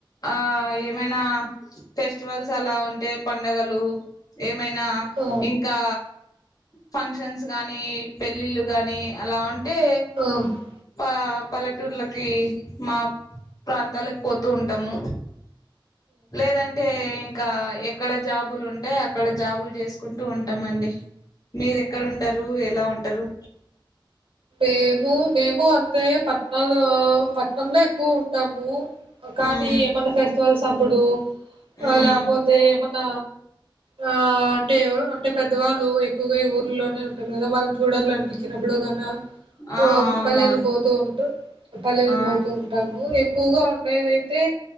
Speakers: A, on the left; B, on the right.
A: ఆ నేనా ఫెస్ట్ ఫస్టివల్స్ అలా ఉంటే పండగలు ఎ ఏమైనా
B: ఆ
A: ఇంకా ఫంక్షన్స్ గాని పెళ్ళిళ్ళు గాని అలా ఉం టే
B: ఆ ఆ
A: పా పలెటూర్ల కీ మా ప్రాంతాలక్ పోతూ ఉంటాము. లేదంటే ఇంకా ఎక్కడ జాబులు ఉంటే అక్కడ జాబులు చేస్కుంటూ ఉంటా మండి. మీరెక్కడ ఉంటరు ఎలా ఉంటరు.
B: మేము మేమూ అంతే పట్నాలో పట్నంలో ఎక్కువ ఉంటాము కానీ
A: ఉమ్
B: ఏమన్నా ఫెస్ స్టివల్స్ అబ్బుడు వా
A: ఉమ్
B: లేపోతే మొన్న ఆ అంటే అంటే పెద్దవాళ్ళు ఎక్కువగా ఊర్లోనే ఉంటారు కదా వాళ్ళని చూడాల అనిపించినప్పుడు కన్నా పో
A: ఆ అవునవును
B: పల్లెలు పోతూ ఉంటూ పల్లెలు
A: ఆ
B: పోతూ ఉంటాము ఎక్కువగా ఉండేదైతే